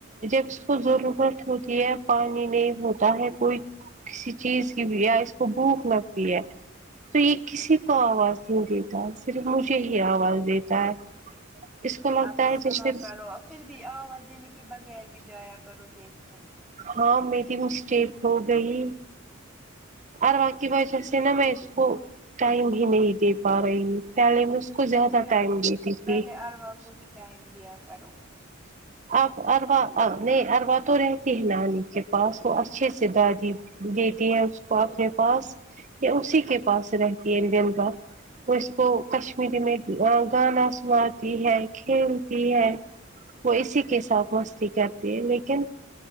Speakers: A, on the right (about 35°); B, in the centre.
A: جب اس کو ضرورت ہوتی ہے پانی نہیں ہوتا ہے کوئی کسی چیز کی یا اس کو بھوک لگتی ہے تو یہ کسی کو آواز نہیں دیتا صرف مجھے ہی آواز دیتا ہے اس کو لگتا
B: اب
A: ہے
B: سنا
A: جیسے
B: کرو پھر بھی آواز دینے کے بغیر بھی جایا کرو دیکھنے
A: ہاں میری مسٹیک ہو گئی اروا کی وجہ سے نا میں اس کو ٹائم ہی نہیں دے پا رہی ہوں پہلے میں کو
B: پہلے
A: زیادہ ٹائم دیتی تھی
B: پہلے اروا کو ہی ٹائم دیا کرو
A: اب اروا نہیں اروا تو رہتی ہے نانی کے پاس وہ اچھے سے دادی دیتی ہے اس کو اپنے پاس یا اسی کے پاس رہتی ہے انڈین کا وہ اس کو کشمیری میں گانا سناتی ہے کھیلتی ہے وہ اسی کے ساتھ مستی کرتی ہے لیکن